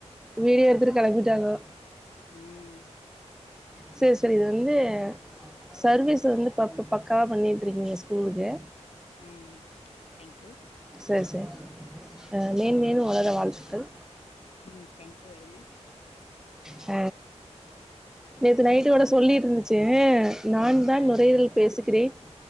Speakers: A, in the centre; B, on the left.
A: வீடியோ எடுத்துட்டு கெளம்பிட்டாங்கோ
B: ம்
A: செரி செரி இது வந்து சர்வீஸ் வந்து ப பக்காவா பண்ணிட்டு இருக்கீங்க ஸ்கூலுக்கு
B: ம் தேங்க்யூ
A: செரி சே அ மேன் மேலு வளர வாழ்த்துக்கள்
B: ம் தேங்க்யூ வெரி மச்
A: ஹ நேத்து நைட்டு கூட சொல்லிட்டு இருந்துச்சு நான் தான்
B: ஆ
A: நொரையீரல் பேசுகிறேன்